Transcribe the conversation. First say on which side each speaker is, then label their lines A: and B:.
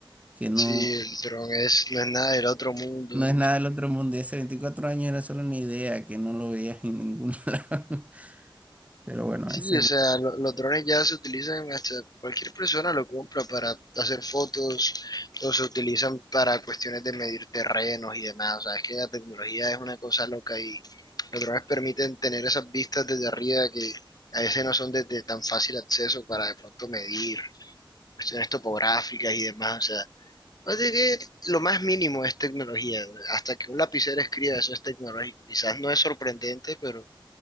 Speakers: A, on the right; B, on the left.
A: que no,
B: Sí, el dron es, no es nada del otro mundo.
A: no es nada del otro mundo. Y hace 24 años era solo una idea que no lo veías en ningún <laughs> lado. Pero bueno,
B: Sí,
A: ese es...
B: o sea, lo- los drones ya se utilizan hasta cualquier persona lo compra para hacer fotos o se utilizan para cuestiones de medir terrenos y demás. O sea, es que la tecnología es una cosa loca y los drones permiten tener esas vistas desde arriba que a veces no son de, de tan fácil acceso para de pronto medir cuestiones topográficas y demás. O sea que lo más mínimo es tecnología. Hasta que un lapicero escriba, eso es tecnológico. Quizás no es sorprendente, pero